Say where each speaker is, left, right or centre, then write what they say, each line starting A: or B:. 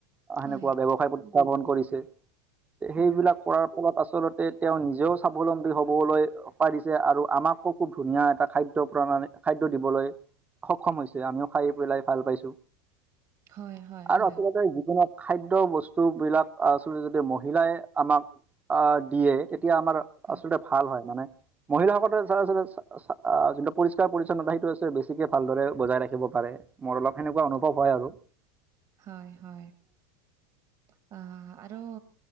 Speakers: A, on the right; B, on the right.
A: হয়
B: হেনেকুৱা ব্যৱসায় প্ৰতিষ্ঠাপন বন্ধ কৰিছে।
A: হয়
B: সেইবিলাক কৰাৰ ফলত আচলতে তেওঁ নিজেও স্বাৱলম্বী হবলৈ পাই দিছে আৰু আমাকো খুব ধুনীয়া এটা খাদ্য, প্ৰণ খাদ্য দিবলৈ সক্ষম হৈছে, আমিও খাই পেলাই ভাল পাইছো।
A: হয় হয়
B: আৰু আচলতে যিকোনো, খাদ্য বস্তুবিলাক আচলতে যদি মহিলাই আমাক দিয়ে। এতিয়া আমাৰ
A: হয়
B: আচলতে ভাল হয়। মানে মহিলাসকলে আচলতে যোনটো পৰিষ্কাৰ পৰিচ্ছন্নতা সেইটো আছে বেছিকে ভালদৰে বজাই ৰাখিব পাৰে। মোৰ অলপ সেনেকুৱা অনুভৱ হয় আৰু।
A: হয়, হয়। অ, আৰু